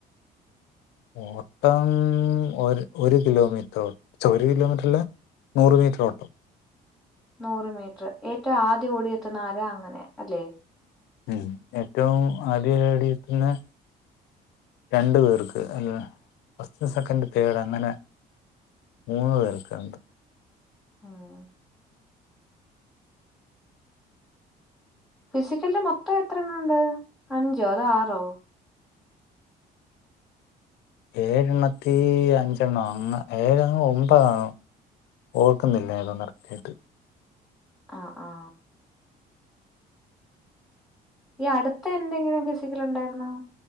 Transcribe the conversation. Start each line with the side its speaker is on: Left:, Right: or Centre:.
Left: ഓട്ടം ഒരു ഒരു കിലോമീറ്റർ. ഛെ ഒരു കിലോമീറ്റർ അല്ല. നൂറ് മീറ്റർ ഓട്ടം.
Centre: നൂറ് മീറ്റർ. ഏറ്റവും ആദ്യം ഓടിയെത്തുന്ന ആരാ അങ്ങനെ അല്ലെ?
Left: ഉം ഏറ്റവും ആദ്യം ഓടിയെതന്നെ. രണ്ട് പേർക്ക്. അല്ല. ഫസ്റ്റ്, സെക്കൻഡ്, തേഡ് അങ്ങനെ. മൂന്ന് പേർക്കണ്ട്.
Centre: ആഹ് ഫിസിക്കല്ല് മൊത്തം എത്ര എണ്ണവുണ്ട് അഞ്ചോ അതോ ആറോ?
Left: ഏഴണ്ണത്തി അഞ്ചെണ്ണം <unintelligible> ഏഴാണോ ഒമ്പതാണോ ഓർക്കുന്നില്ല <unintelligible> കറക്ട്ടായിട്ട്
Centre: ആഹ് ആഹ് ഈ അടുത്തെ എന്തെങ്കിലും ഫിസിക്കല് ഉണ്ടായിരുന്നോ